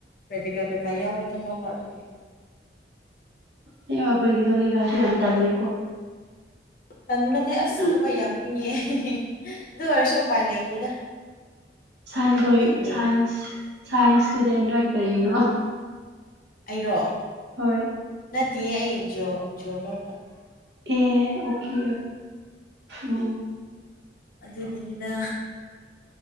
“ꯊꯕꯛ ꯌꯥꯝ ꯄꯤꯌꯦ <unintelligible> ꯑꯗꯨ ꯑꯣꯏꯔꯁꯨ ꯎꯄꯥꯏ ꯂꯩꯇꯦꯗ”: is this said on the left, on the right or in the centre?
Left